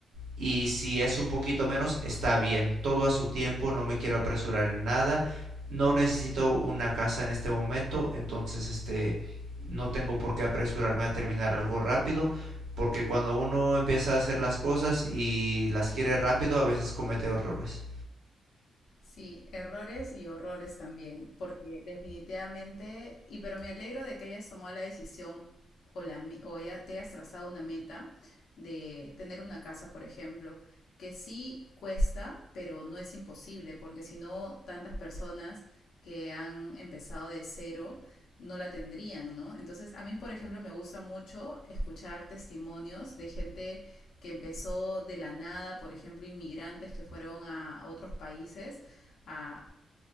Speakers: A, on the right (about 85°); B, on the left (about 70°).
A: y si es un poquito menos, está bien. Todo a su tiempo, no me quiero apresurar en nada. No necesito una casa en este momento, entonces este no tengo por qué apresurarme a terminar algo rápido, porque cuando uno empieza a hacer las cosas y las quiere rápido, a veces comete errores.
B: Sí, errores y horrores también, porque definitivamente, y pero me alegro de que hayas tomado la decisión o, la, me- o ya te hayas trazado una meta de tener una casa, por ejemplo, que sí cuesta, pero no es imposible, porque si no, tantas personas que han empezado de cero no la tendrían, ¿no? Entonces, a mí, por ejemplo, me gusta mucho escuchar testimonios de gente que empezó de la nada, por ejemplo, inmigrantes que fueron a a otros países a